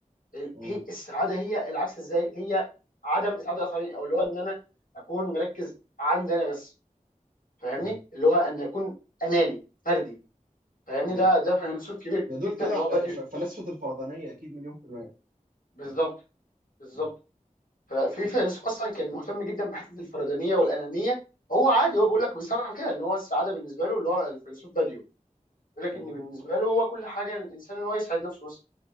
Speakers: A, on the left (about 85°); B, on the right (about 90°).
A: ال-
B: مم.
A: هي السعاده هي العكس ازاي هي عدم اسعاد الاخرين او اللي هو ان انا اكون مركز عندي انا بس فاهمني
B: مم.
A: اللي هو ان اكون اناني فردي فاهمني
B: مم.
A: ده ده فيلسوف كبير
B: ده دول
A: جدا
B: كده
A: اللي
B: آه،
A: هو بادئ
B: ف- فلاسفة الفردانية أكيد مليون في المية
A: بالظبط
B: مم.
A: بالظبط
B: مم.
A: ففي
B: مم.
A: فيلسوف اصلا كان مهتم جدا بحته الفردانيه والانانيه هو عادي هو
B: مم.
A: بيقول لك بيصرح كده ان هو السعاده بالنسبه له اللي هو الفيلسوف باديو بيقول لك
B: مم.
A: ان بالنسبه له هو كل حاجه الانسان ان هو يسعد نفسه بس